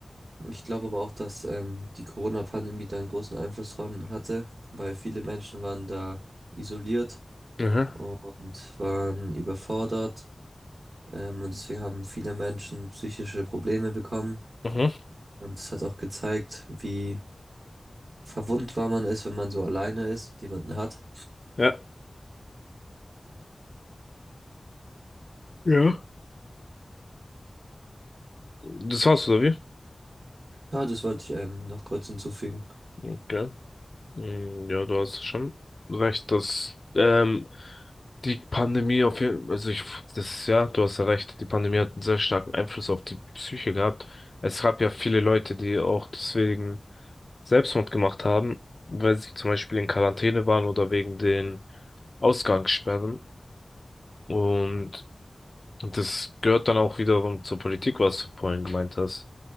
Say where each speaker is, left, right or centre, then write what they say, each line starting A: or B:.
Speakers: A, on the right; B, on the left.
A: Ich glaube aber auch, dass ähm, die Corona-Pandemie da einen großen Einfluss dran hatte, weil viele Menschen waren da isoliert
B: Mhm.
A: und waren überfordert. Ähm, und deswegen haben viele Menschen psychische Probleme bekommen.
B: Mhm.
A: Und es hat auch gezeigt, wie verwundbar man ist, wenn man so alleine ist und niemanden hat.
B: Ja. Ja. Das war's, oder wie?
A: Ja, das wollte ich ähm, noch kurz hinzufügen.
B: Okay. Mm, Ja, du hast schon recht, dass ähm, die Pandemie auf jeden also ich, das, ja, du hast ja recht, die Pandemie hat einen sehr starken Einfluss auf die Psyche gehabt. Es gab ja viele Leute, die auch deswegen Selbstmord gemacht haben, weil sie zum Beispiel in Quarantäne waren oder wegen den Ausgangssperren. Und das gehört dann auch wiederum zur Politik, was du vorhin gemeint hast,